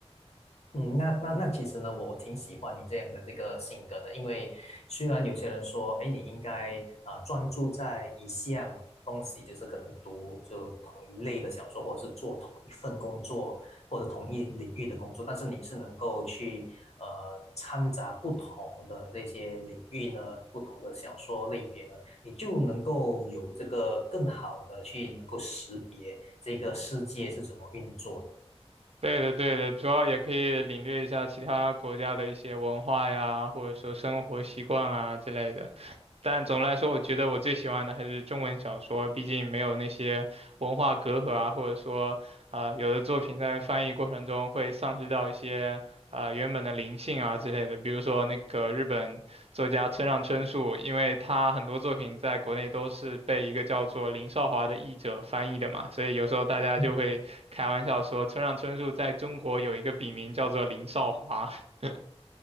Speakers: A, on the left (about 80°); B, on the right (about 65°).
A: 嗯，那那那其实呢，我我挺喜欢你这样的这个性格的，因为虽然有些人说，哎，你应该啊、专注在一项东西，就是可能读就同一类的小说，或者是做同一份工作，或者同一领域的工作，但是你是能够去呃掺杂不同的这些领域呢，不同的小说类别呢，你就能够有这个更好的去能够识别这个世界是怎么运作的。
B: 对的，对的，主要也可以领略一下其他国家的一些文化呀，或者说生活习惯啊之类的。但总的来说，我觉得我最喜欢的还是中文小说，毕竟没有那些文化隔阂啊，或者说，啊，有的作品在翻译过程中会丧失掉一些呃原本的灵性啊之类的。比如说那个日本作家村上春树，因为他很多作品在国内都是被一个叫做林少华的译者翻译的嘛，所以有时候大家就会开玩笑说村上春树在中国有一个笔名叫做林少华。
A: 嗯，
B: <laughs>